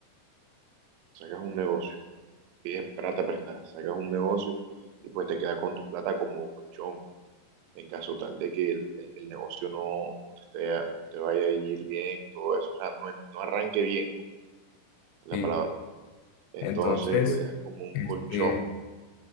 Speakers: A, on the right (about 85°); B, on the left (about 85°).
A: Sacas un negocio, pides plata prestada, sacas un negocio y pues te quedas con tu plata como colchón en caso tal de que el, el- el negocio no, no te, esté- no te vaya a ir bien y todo eso, o sea, no, no arranque bien es la
B: Sí.
A: palabra. Entonces
B: Entonces,
A: lo dejas como un
B: este,
A: colchón,